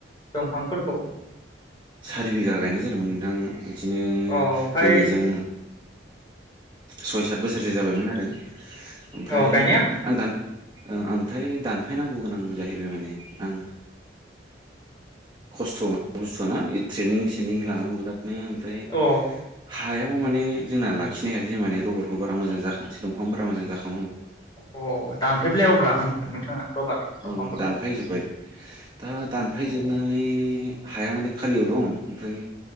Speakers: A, on the left; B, on the right.
A: दंफांफोरखौ
B: सारि बिघा गायनाय जादोंमोन नोंदां बिदिनो
A: अ ओमफाय
B: दिनैजों सय सात बोसोरसो जाबायमोन आरो ओमफ्राय
A: अ गायनाया
B: आं दान ओ ओमफ्राय दानफायनांगौ गोनां जाहैबाय माने आं खस्थ' म बुस्थुव ना ट्रेनिं सेेनिं लानांगौ बिरात बि ओमफ्राय
A: अ
B: हायाव याव माने जोंना लाखि हायासै जि माने रबरखौ बा मोजाखांआसै दंफां फोरा मोजां जाखांआ
A: अ दानफायबाय अब्ला होन नोंथाङा रबार दंफांफोरखौ
B: ओं दानफायजोब्बाय दा दानफायजोबनानै
A: औ
B: हाया माने खालियाव दं ओमफ्राय